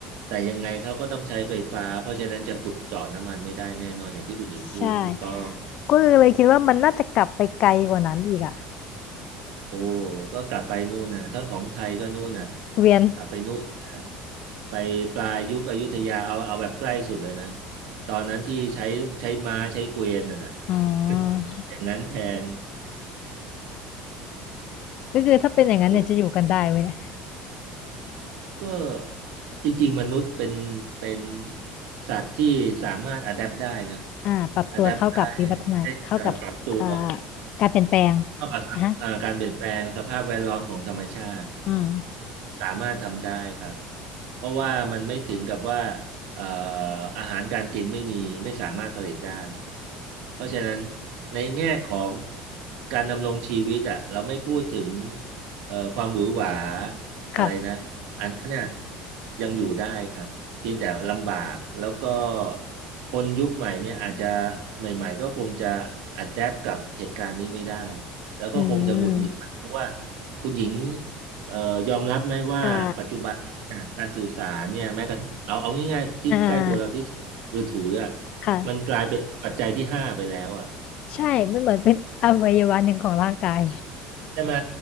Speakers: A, on the right; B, on the left.
A: แต่ยังไงเขาก็ต้องใช้ไฟฟ้าเพราะฉะนั้นจะขุดเจาะน้ำมันไม่ได้แน่นอนอย่างที่คุณหญิงพูดถูกต้อง
B: ใช่ก็เลยคิดว่ามันน่าจะกลับไปไกลกว่านั้นอีกอะ
A: โอ้ก็กลับไปนู่นน่ะถ้าของไทยก็นู่นน่ะ
B: เกวียน
A: กลับไปนู่นน่ะไปปลายยุคอยุธยาเอาเอาแบบใกล้สุดเลยนะตอนนั้นที่ใช้ใช้ม้าใช้เกวียนน่ะนะ
B: อื
A: <laughs>
B: ม
A: อย่างนั้นแทน
B: ก็คือถ้าเป็นอย่างนั้นเนี่ยจะอยู่กันได้ไหมเนี่ย
A: <laughs> ก็จริงๆมนุษย์เป็นเป็นสัตว์ที่สามารถอะแดปได้นะ
B: อ่าปรับตัวเข้ากับวิวัฒนาเข้ากับอ่า
A: อะแดปได้ให้เอ่อปรับตัว
B: การเปลี่ยนแปลง
A: เท่ากับเอ่อการเปลี่ยนแปลงสภาพแวดล้อมของธรรมชาติ
B: อ่ะฮะอืม
A: สามารถทำได้ครับเพราะว่ามันไม่ถึงกับว่าเอ่ออาหารการกินไม่มีไม่สามารถผลิตได้ เพราะฉะนั้นในแง่ของการดำรงชีวิตอ่ะเราไม่พูดถึงเอ่อความหวือหวาอะไรนะอันนั้นน่ะ
B: ค่ะ
A: ยังอยู่ได้ครับเพียงแต่ลำบากแล้วก็คนยุคใหม่เนี่ยอาจจะใหม่ๆก็คงจะ adapt กับเหตุการณ์นี้ไม่ได้ แล้วก็คงจะหงุดหงิดเพราะว่า
B: อืม
A: คุณหญิงเอ่อยอมรับไหมว่าปัจจุบันนี้เนี่ยการสื่อสารเนี่ยแม้กระทั่งเอาเอาง่ายๆที่ใกล้ตัวเราที่
B: อ่าอ่า
A: มือถืออ่ะ
B: ค่ะ
A: มันกลายเป็นปัจจัยที่ห้าไปแล้วอ่ะ
B: ใช่มันเหมือนเป็นอวัยวะหนึ่งของร่างกาย
A: ใช่ไหม